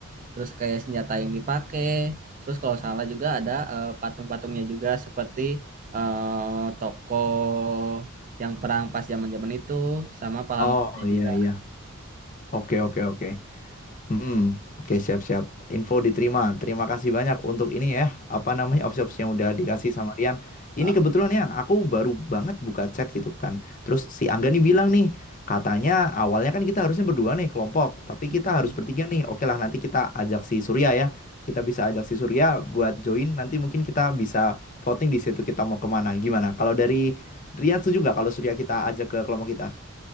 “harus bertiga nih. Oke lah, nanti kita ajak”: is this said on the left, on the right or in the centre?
Left